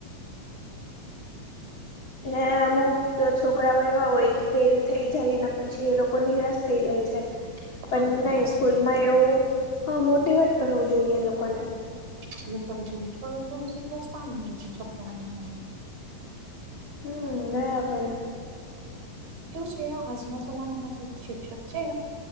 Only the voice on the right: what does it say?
હા નિરાશ
થાય છે.
હ થોડું સ્થાન મળે છે. છોકરા ઓને
જો છે આજના જમાનામાં જે શિક્ષક છે.